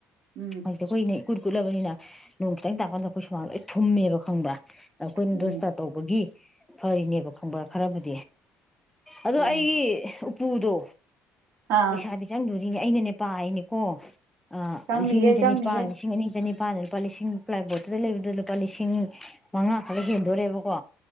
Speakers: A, on the right; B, in the centre.
A: ꯎꯝ
B: ꯍꯧꯖꯤꯗꯤ ꯀꯣꯏ ꯅ ꯀꯨꯔꯀꯨꯂꯕꯅꯤꯅ ꯅꯣꯡ ꯇꯥꯏ ꯇ ꯑꯩꯈꯣꯏ ꯁꯨꯃꯥꯏꯅ ꯂꯣꯏ ꯊꯨꯝꯃꯦꯕ ꯈꯪꯕ꯭ꯔꯥ ꯑꯩꯈꯣꯏꯅ ꯗꯣꯁꯇꯥ
A: ꯎꯝ
B: ꯇꯧꯕꯒꯤ ꯐꯔꯤꯅꯦꯕ ꯈꯪꯕ꯭ꯔꯥ ꯈꯔꯕꯨꯗꯤ ꯑꯗꯣ
A: ꯎꯝ
B: ꯑꯩꯒꯤ ꯎꯄꯨꯗꯣ
A: ꯑꯥ
B: ꯄꯩꯁꯥꯗꯤ ꯆꯪꯗꯣꯏ ꯖꯤꯒꯁꯦ ꯑꯩꯅꯅꯦ ꯄꯥꯏꯔꯤꯅꯦ ꯀꯣ ꯑ
A: ꯆꯪꯅꯤꯌꯦ
B: ꯂꯤꯁꯤꯡ ꯑꯅꯤ ꯆꯅꯤꯄꯥꯜ
A: ꯆꯪꯅꯤꯌꯦ
B: ꯂꯤꯁꯤꯡ ꯑꯅꯤ ꯆꯅꯤ ꯅꯨꯄꯥꯅ ꯂꯨꯄꯥ ꯂꯤꯁꯤꯡ ꯄ꯭ꯂꯥꯏꯕꯣꯔꯠꯇꯨꯗ ꯂꯩꯕꯗꯨ ꯂꯨꯄꯥ ꯂꯤꯁꯤꯡ ꯃꯉꯥ ꯈꯜꯂ ꯍꯦꯟꯗꯣꯔꯦꯕꯀꯣ